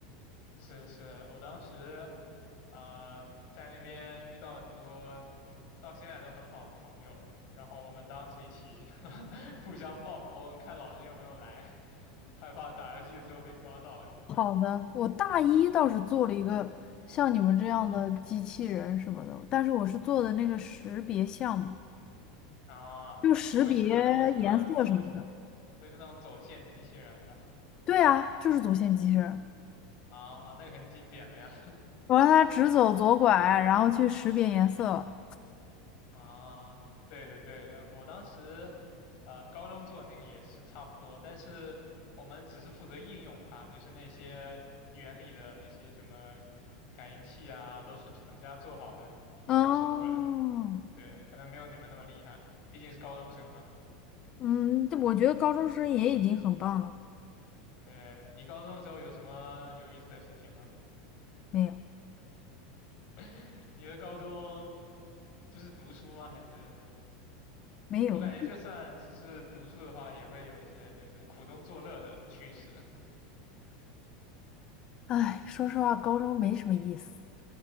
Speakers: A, on the left; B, on the left.
A: 是是，我当时啊、在那边遇到了很多到现在都很好的朋友，然后我们当时一起 <laughs> 互相放风，看老师有没有来，害怕打游戏的时候被抓到什么的。
B: 好的，我大一倒是做了一个像你们这样的机器人什么的，但是我是做的那个识别项目，
A: 啊，
B: 就识别
A: 不会是那种什么走，
B: 颜色什么的。
A: 不会是那种走线机器人吧？
B: 对啊，就是走线机器人，
A: 啊，那个很经典了呀。
B: 我让它直走左拐，然后去识别颜色。
A: <laughs> 啊，对的对的，我当时，呃，高中做的那个也是差不多，但是我们只是负责应用它，就是那些原理的那些什么感应器啊，都是厂家做好的，给我们送过来。
B: 哦，
A: 对，可能没有你们那么厉害，毕竟是高中生嘛。
B: 嗯，这我觉得高中生也已经很棒了。
A: 对，你高中的时候有什么有意思的事情吗？
B: 没有，
A: <laughs> 你的高中就是读书吗？还是
B: 没有，
A: 我感觉就算只是读书的话，也会有一些就是苦中作乐的趣事。
B: 唉，说实话，高中没什么意思。